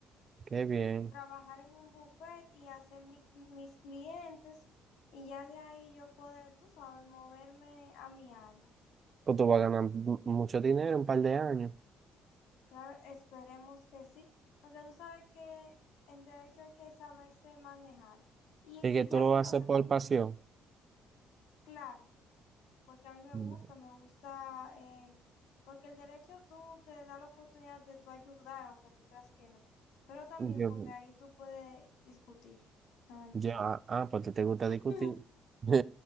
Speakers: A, on the right (about 40°); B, on the left (about 55°).
A: qué bien.
B: trabajar en un buffet y hacer mi cli- mis clientes y ya de ahí yo poder, tú sabes, moverme a mi área.
A: Pues tú vas a ganar mu- mucho dinero en un par de años.
B: Claro, esperemos que sí. Aunque tú sabes que en derecho hay que saberse manejar. Y,
A: y que
B: y
A: tú
B: ya
A: lo
B: sí,
A: vas
B: o
A: a
B: sea,
A: hacer por pasión.
B: claro, porque a mí me
A: Mm.
B: gusta, me gusta, eh, porque el derecho tú te da la oportunidad de tú ayudar, aunque tú creas que no. Pero también
A: Yo,
B: porque ahí tú puedes discutir, no mentir.
A: yo, ah, ah, porque te gusta
B: <laughs>
A: discutir. <laughs>